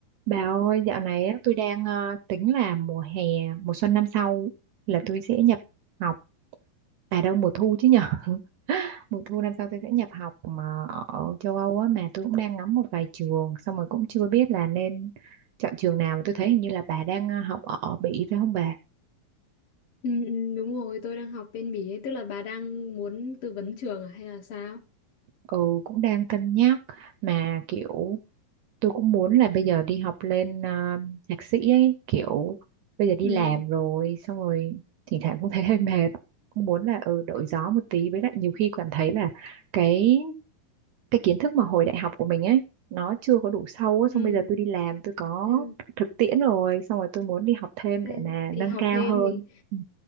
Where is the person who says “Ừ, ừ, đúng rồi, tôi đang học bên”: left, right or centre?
Left